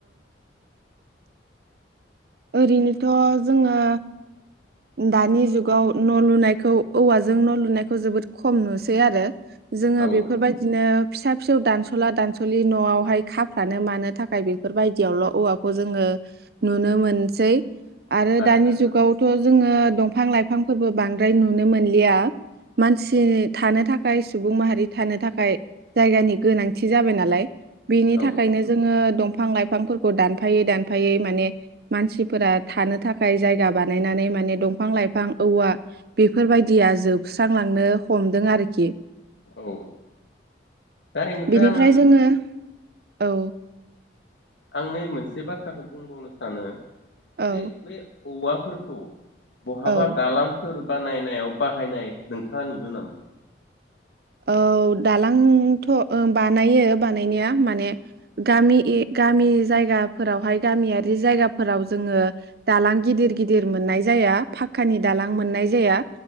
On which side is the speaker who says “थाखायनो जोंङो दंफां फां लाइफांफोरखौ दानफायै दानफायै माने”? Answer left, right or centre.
Right